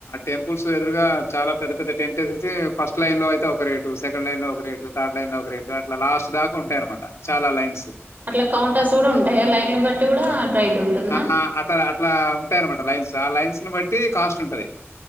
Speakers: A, on the left (about 75°); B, on the right (about 40°).
A: టెంపుల్స్ ఎదురుగా చాలా పెద్ద పెద్ద టెంట్ ఎసి ఫస్ట్ లైన్లో అయితే ఒక రేటు సెకండ్ లైన్లో ఒక రేటు త అలైన్ లో ఒక రేటు అట్లా లాస్ట్ దాకా ఉంటాయి అనమాట చాలా లైన్స్
B: అట్లా కౌంటర్స్ కూడా ఉంటాయి లైన్లు బట్టి కూడా రైట్ ఉంటుందా
A: ఆ అత అట్లా ానమాట లైన్స్ ఆ లైన్స్ ను బట్టి కాస్ట్ ఉంటది